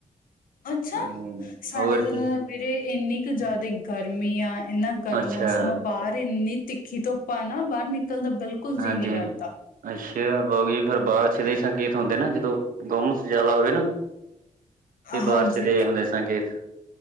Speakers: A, on the left; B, on the right.
A: ਅੱਛਾ!
B: ਹਾਂਜੀ ਹਾਂਜੀ
A: ਸਾਡੇ
B: ਹੋਰ
A: ਤਾਂ
B: ਕੀ
A: ਵੀਰੇ ਏਨੀ ਕੁ ਜ਼ਿਆਦਾ ਗਰਮੀ ਆ, ਏਂਨਾ ਗਰਮ
B: ਅੱਛਾ
A: ਮੌਸਮ ਆ ਬਾਹਰ ਇੰਨੀ ਤਿੱਖੀ ਧੁੱ ਪ ਆ ਨਾ, ਬਾਹਰ ਨਿਕਲਣ ਦਾ ਬਿਲਕੁਲ ਜੀਅ
B: ਹਾਂਜੀ-ਹਾਂਜੀ।
A: ਨਹੀਂ ਕਰਦਾ
B: ਅੱਛਾ, ਬਾਰਿਸ਼ ਦੇ ਇਹੀ ਸੰਕੇਤ ਹੁੰਦੇ ਨਾ ਜਦੋਂ, ਗੁੰਮਸ ਜ਼ਿਆਦਾ ਹੋਵੇ ਨਾ ਏ ਬਾਰਸ਼
A: ਹਾਂਜੀ
B: ਦੇ ਹੁੰਦੇ ਸੰਕੇਤ।